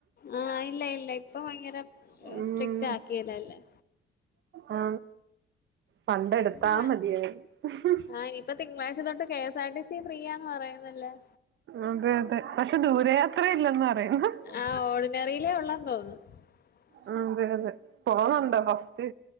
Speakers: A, on the left; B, on the right.
A: ആ ഇല്ല ഇല്ല ഇപ്പൊ ഭയങ്കര
B: ഉം
A: സ്ട്രിക്റ്റ് ആക്കിയതല്ലേ-
B: ആ പണ്ടെടുത്താ
A: ഇല്ല
B: മതിയായിരുന്നു
A: ആ ഇനിയിപ്പം തിങ്കളാഴ്ച തൊട്ട് K S R T free ആന്ന് പറയുന്നല്ലേ-
B: അതെ അതെ പക്ഷെ ദൂരയാത്ര ഇല്ലന്ന് പറയന്ന്-
A: ആ ഓർഡിനറിയിലേ <unintelligible>
B: ആ അതെ അതെ പോന്നുണ്ടോ ഫസ്റ്റ്